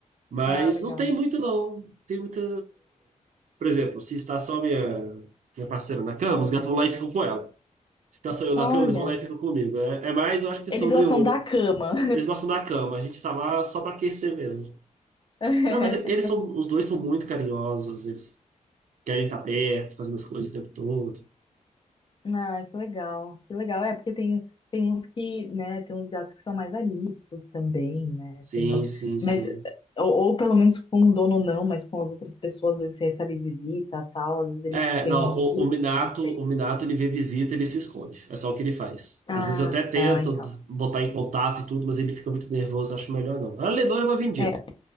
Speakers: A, on the right; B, on the left.
A: Mas
B: Ah, legal.
A: não tem muito, não. Tem muita. Por exemplo, se está só minha, minha parceira na cama, os gatos vão lá e ficam com ela. Se está só eu na
B: Olha,
A: cama, eles vão lá e ficam comigo. É, é mais, eu acho que
B: eles
A: sobre
B: gostam
A: o.
B: da cama.
A: Eles gostam da cama, a gente está lá só para aquecer mesmo.
B: <laughs>
A: Não, mas e- eles são. Os dois são muito carinhosos, eles querem estar perto, fazendo as coisas o tempo todo.
B: Ah, que legal, que legal. É, porque tem, tem uns que, né, tem uns gatos que são mais ariscos também, né?
A: Sim,
B: Tem outros,
A: sim, sim.
B: mas, ou, ou pelo menos com o dono não, mas com as outras pessoas, às vezes você recebe visita tal, às vezes eles
A: É,
B: têm
A: não,
B: um medo,
A: o, o Minato,
B: não sei.
A: o Minato ele vê visita, ele se esconde. É só o que ele faz.
B: Ah,
A: Às vezes eu até tento
B: ah, então.
A: botar em contato e tudo, mas ele fica muito nervoso, acho melhor não. A Lenora é uma vendida.
B: É.